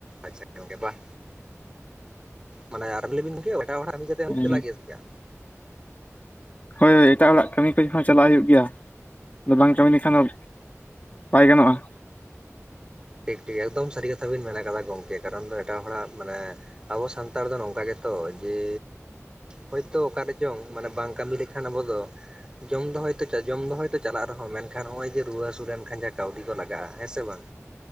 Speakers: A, on the right; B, on the left.
A: ᱟᱪᱪᱷᱟ ᱜᱚᱢᱠᱮ ᱵᱟᱦ ᱢᱟᱱᱮ ᱟᱨ <inaudible> ᱮᱴᱟᱜ ᱦᱚᱲᱟ
B: ᱦᱳᱭ
A: ᱪᱟᱞᱟᱜ ᱜᱮᱭᱟ ᱪᱤᱠᱟ?
B: ᱦᱳᱭ ᱦᱳᱭ ᱮᱴᱟᱜ ᱦᱚᱲᱟᱜ ᱠᱟᱹᱢᱤ ᱠᱚ ᱦᱚᱸ ᱪᱟᱞᱟᱜ ᱦᱩᱭᱩᱜ ᱜᱮᱭᱟ ᱟᱫᱚ ᱵᱟᱝ ᱠᱟᱹᱢᱤ ᱞᱮᱠᱷᱟᱱ ᱫᱚ ᱵᱟᱭ ᱜᱟᱱᱚᱜᱼᱟ,
A: ᱴᱷᱤᱠ ᱴᱷᱤᱠ ᱮᱠᱫᱚᱢ ᱥᱟᱹᱨᱤ ᱠᱟᱛᱷᱟ ᱵᱤᱱ ᱢᱮᱱ ᱠᱟᱫᱟ ᱜᱚᱢᱠᱮ ᱠᱟᱨᱚᱱ ᱮᱴᱟᱜ ᱦᱚᱲᱟᱜ ᱢᱟᱱᱮ ᱟᱵᱚ ᱥᱟᱱᱛᱟᱲ ᱫᱚ ᱱᱚᱝᱠᱟ ᱜᱮᱛᱚ ᱡᱮ ᱦᱳᱭᱛᱳ ᱚᱠᱟᱨ ᱨᱮ ᱪᱚᱝ ᱢᱟᱱᱮ ᱵᱟᱝ ᱠᱟᱹᱢᱤ ᱞᱮᱠᱷᱟᱱ ᱟᱵᱚ ᱫᱚ ᱡᱚᱢ ᱫᱚᱦᱚᱭ ᱛᱚ ᱡᱚᱢ ᱫᱚᱦᱚᱭ ᱛᱚ ᱪᱟᱞᱟᱜ ᱨᱮᱦᱚᱸ ᱢᱮᱱᱠᱷᱟᱱ ᱱᱚᱜ- ᱚᱭ ᱡᱮ ᱨᱩᱣᱟᱹ ᱦᱟᱹᱥᱩ ᱞᱮᱱᱠᱷᱟᱱ ᱡᱟ ᱠᱟᱹᱣᱰᱤ ᱠᱚ ᱞᱟᱜᱟᱜᱼᱟ ᱦᱮᱸ ᱥᱮ ᱵᱟᱝ,